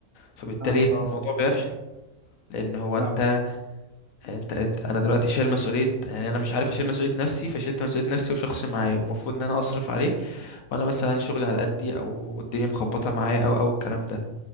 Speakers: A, on the left; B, on the right.
A: فبالتالي
B: فاهمك اه
A: الموضوع بيفشل لان هو
B: فاهمك
A: انت انت انت انا دلوقتي شايل مسؤوليه يعني انا مش عارف اشيل مسؤوليه نفسي فشلت مسؤوليه نفسي وشخص معايا ومفروض ان انا اصرف عليه وانا مثلا شغلي على قدي او الدنيا مخبطه معايا او او الكلام ده